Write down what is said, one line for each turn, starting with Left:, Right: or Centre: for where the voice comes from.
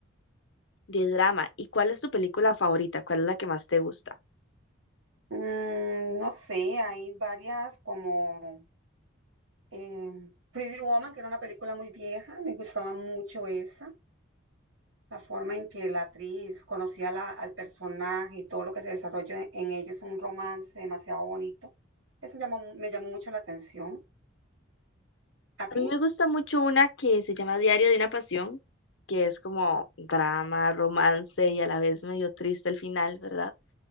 Left: De drama. ¿Y cuál es tu película favorita? ¿Cuál es la que más te gusta?
Right: Mm, no sé, hay varias como eh, Pretty Woman, que era una película muy vieja, me gustaba mucho esa, la forma en que la actriz conocía la- al personaje y todo lo que se desarrolló en, en ellos, un romance demasiado bonito. Eso llamó me llamó mucho la atención. ¿A
Left: A
Right: ti?
Left: mí me gusta mucho una que se llama Diario de una Pasión, que es como drama, romance y a la vez medio triste el final, ¿verdad?